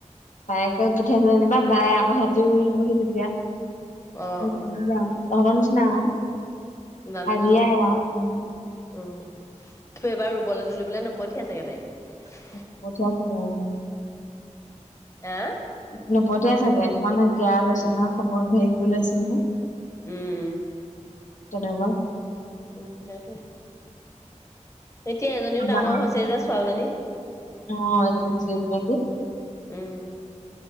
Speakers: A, on the left; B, on the left.
A: বায়েকে পঠিয়াইছো যেনিবা তাই আকৌ সিহঁতিও মিলিবহি তেতিয়া।
B: অ
A: তহতৰ
B: অ
A: নিছিনা আৰু।
B: জানিছোঁ
A: হাজিয়াই
B: অ'।
A: আৰু উম
B: উম, এবাৰ ৰুবলৈ তুলিবলৈ নপঠিয়াই চাগে তাইক।
A: <inaudible>
B: আহ'!
A: নপঠিয়াই চাগে, মানে কেয়াৰ লৈছে
B: উম
A: নহয়, খবৰ হেৰি কৰি লৈছে নহয়।
B: উম।
A: তেনেকুৱা।
B: উম, সেইটোৱে। এতিয়া এজনীও
A: বা
B: ডাঙৰ হৈছেহি যে ছোৱালীজনী।
A: অ', <unintelligible> নেকি?
B: উম।